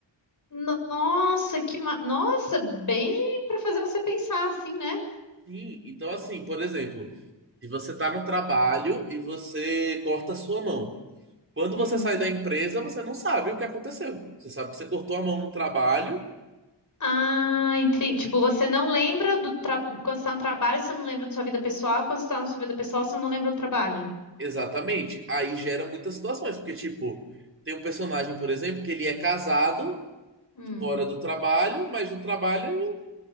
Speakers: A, on the left; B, on the right.
A: nossa, que ma... Nossa, bem pra fazer você pensar assim, né?
B: Sim, então assim, por exemplo, se você tá no trabalho e você corta a sua mão. Quando
A: Hum.
B: você sai da empresa, você não sabe o que aconteceu. Você sabe que você cortou a mão no trabalho.
A: Ah, entendi. Tipo, você não lembra do tra... quando você tá no trabalho, você não lembra da sua vida pessoal. Quando você tá na sua vida pessoal, você não lembra do trabalho.
B: Exatamente. Aí gera muitas situações, porque tipo, tem um personagem, por exemplo, que ele é casado
A: Hum.
B: fora do trabalho, mas no trabalho ele